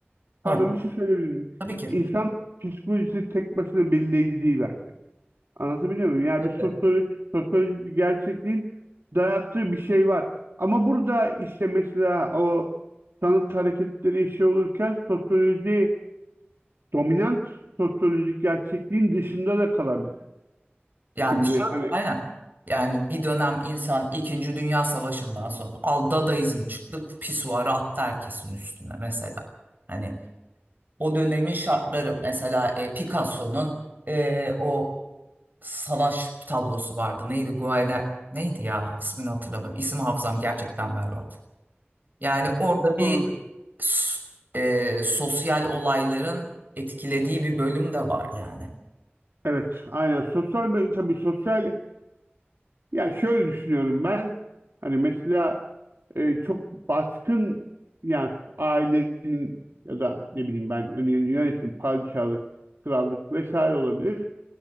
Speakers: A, on the right; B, on the right.
A: Ha,
B: Pardon bir şey söyleyebilir miyim?
A: tabii ki.
B: İnsan psikolojisi tek başına belirleyici değil bence. Anlatabiliyor muyum? Yani
A: Evet.
B: bir sosyolojik, sosyolojik bir gerçekliğin dayattığı bir şey var. Ama burada işte mesela o sanat hareketleri şey olurken sosyoloji dominant sosyolojik gerçekliğin dışında da kalabilir.
A: Yani
B: Şimdi
A: şöyle
B: hani
A: aynen. Yani bir dönem insan İkinci Dünya Savaşı'ndan sonra al Dadaizm çıktı pisuarı attı herkesin üstüne mesela. Hani o dönemin şartları mesela e, Picasso'nun e, o savaş tablosu vardı. Neydi? Guernica neydi ya? İsmini hatırlamıyorum. İsim hafızam gerçekten berbat. Yani orada bir
B: sonra-
A: s- e, sosyal olayların etkilediği bir bölüm de var yani.
B: evet aynen sosyal tabii sosyal ya şöyle düşünüyorum ben hani mesela e, çok baskın yani ailenin ya da ne bileyim ben yönetim, padişahlık, krallık vesaire olabilir.